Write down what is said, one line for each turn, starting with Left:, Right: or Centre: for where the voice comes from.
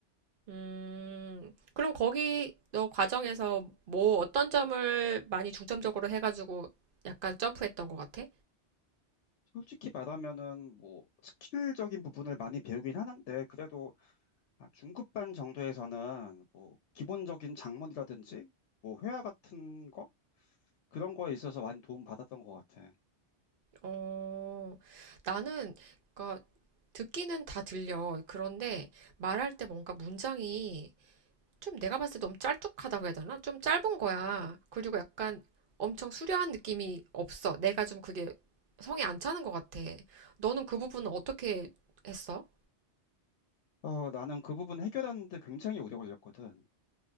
Right: 음, 그럼 거기 너 과정에서 뭐 어떤 점을 많이 중점적으로 해가지고 약간 점프했던 것 같아?
Left: 솔직히 말하면은 뭐 스킬적인 부분을 많이 배우긴 하는데 그래도 아, 중급반 정도에서는 뭐 기본적인 작문이라든지 뭐 회화 같은 거 그런 거에 있어서 많이 도움 받았던 것 같아.
Right: 어, 나는 그니까 듣기는 다 들려. 그런데 말할 때 뭔가 문장이 좀 내가 봤을 때 너무 짤뚝하다고 해야 되나? 좀 짧은 거야. 그리고 약간 엄청 수려한 느낌이 없어. 내가 좀 그게 성에 안 차는 것 같아. 너는 그 부분은 어떻게 했어?
Left: 어, 나는 그 부분 해결하는데 굉장히 오래 걸렸거든.